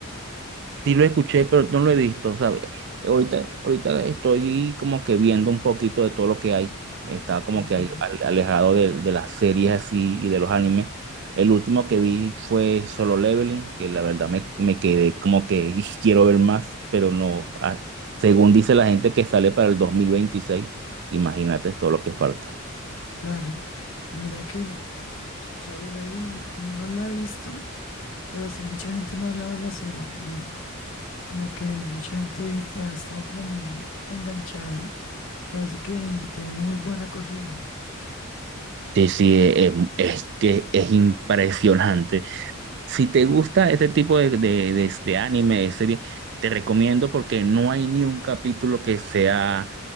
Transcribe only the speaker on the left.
Ujú,
Claro, mira que mo- solo Leveling no la he visto, pero sí mucha gente me ha hablado de la serie, Me, Como que mucha gente ha estado como muy enganchada. Parece que tiene muy buena acogida.